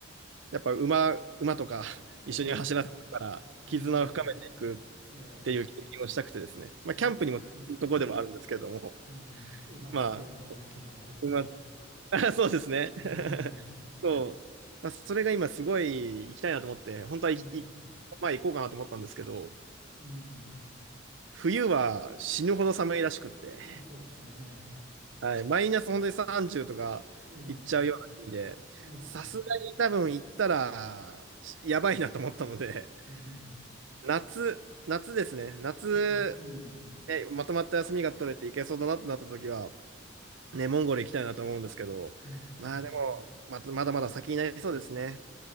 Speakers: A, on the right (about 70°); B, on the right (about 50°).
A: やっぱ馬、馬とか <laughs> 一緒に走らせながら、
B: ええ、うん、
A: 絆を深めていく
B: ええ、
A: っていう経験をしたくてですね。まあ、
B: う、
A: キャンプにもつくところでもあるんですけれども、
B: う、うん、うん、馬使いの免許も取って、
A: まあ、馬 <laughs> あそうですね。
B: ねえ。
A: <laughs> そう。まあそれが今すごい行きたいなと思って、本当はいい
B: うん、
A: まあ行こうかなと思ったんですけど、
B: うん。
A: 冬は死ぬほど寒いらしくって、
B: まあそうでしょうね。
A: はい、マイナス本当に30とか行っちゃうような国で、
B: <laughs> ええ、ええ、
A: さすがに多分行ったらやばいなと思ったので、
B: うん。
A: 夏、夏ですね。夏、
B: 夏、うん、
A: ね、まとまった休みが取れて行けそうだなってなった時は、ね、モンゴル行きたいなと思うんですけど、
B: うん、
A: まあでも、またまだまだ先になりそうですね。